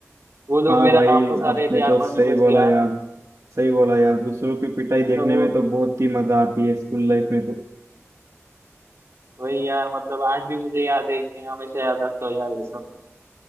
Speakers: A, on the right; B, on the right.
A: वो लोग
B: हाँ
A: मेरा
B: भाई
A: नाम फंसा
B: आपने
A: रहे थे यार
B: तो
A: पर
B: सही
A: मैं बच
B: बोला
A: गया
B: यार सही बोला यार दूसरों की पिटाई
A: मतलब
B: देखने
A: वो
B: में तो बहुत ही मजा आती है स्कूल लाइफ में तो
A: वही यार मतलब आज भी मुझे याद है मैं हमेशा याद रखता हूँ यार ये सब